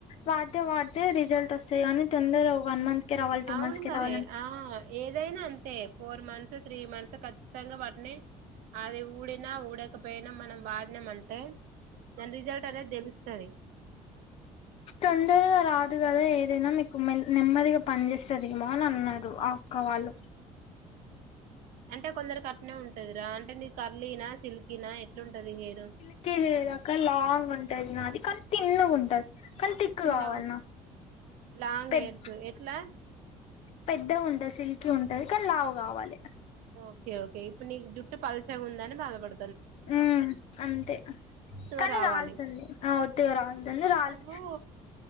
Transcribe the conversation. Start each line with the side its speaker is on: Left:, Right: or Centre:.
Left: వాడితే వాడితే రిజల్ట్ వస్తంది కానీ తొందర వన్ మంత్కి రావలి
Right: అవును
Left: టూ మంత్స్ కి
Right: మరి
Left: రావాలంటే
Right: ఆ ఏదైనా అంతే ఫోర్ మంత్స్ త్రీ మంత్స్ ఖచ్చితంగా <unintelligible> అది ఊడిన ఊడకపోయినా మనం వాడినాం అంటే దాని రిజల్ట్ అనేది తెలుస్తది
Left: తొందరగా రాదు కదా ఏదైనా మీకు నెమ్మదిగా పని చేేస్తుంది ఏమా అని అన్నారు మావాళ్ళు
Right: అంటే కొందరు కట్నే ఉంటదిరా అంటే నీ కరలీన సిల్కనా ఎట్లుంటది హెయిరూ
Left: <unintelligible> లాంగ్ ఉంటది నాది కానీ తిన్ ఉంటది కానీ <unintelligible> కావాలి
Right: చిన్న
Left: నా
Right: లాంగ్
Left: పెద్ద
Right: హెయిర్స్ ఎట్లా
Left: పెద్దగా ఉంటది సిల్కి ఉంటుంది కానీ లావు కావాలి
Right: ఓకే ఓకే ఇప్పుడు నీ జుటు పల్చగా ఉందని బాధపడ
Left: ఉ అంతే
Right: ఒత్తుగా
Left: కానీ
Right: రావాలి
Left: రాల్తుంది ఆ ఉత్తగ రాలుతుంది రాలు
Right: నువ్వు